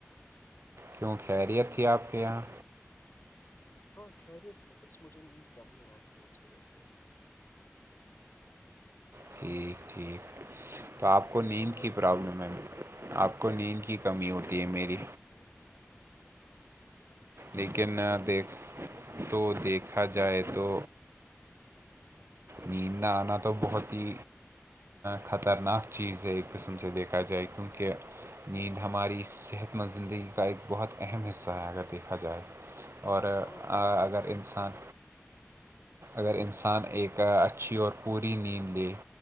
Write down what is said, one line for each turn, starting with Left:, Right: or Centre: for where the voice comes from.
Right: کیوں خیریت تھی آپ کے یہاں
Left: ہاں خیریت تھی بس مجھے نیند کم ہی آتی ہے اس وجہ سے
Right: ٹھیک ٹھیک تو آپ کو
Left: اس
Right: نیند
Left: بار
Right: کی پرابلم ہے آپ کو نیند کی کمی ہوتی ہے میری
Left: جی
Right: لیکن
Left: ہے
Right: دیکھ تو دیکھا جائے تو نیند نہ آنا تو بہت ہی خطرناک چیز ہے ایک قسم سے دیکھا جائے کیونکہ نیند ہماری صحت مند زندگی کا ایک بہت اہم حصہ ہے اگر دیکھا جائے اور
Left: ہاں
Right: اگر
Left: میں
Right: انسان اگر انسان ایک کا اچھی اور پوری نیند لے